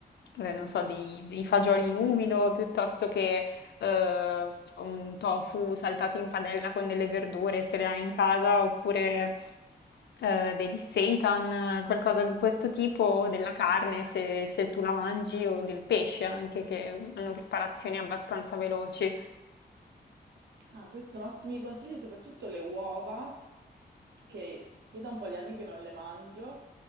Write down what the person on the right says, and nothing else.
Ah, questi sono ottimi consigli, soprattutto le uova, che io da un po' di anni che non le mangio,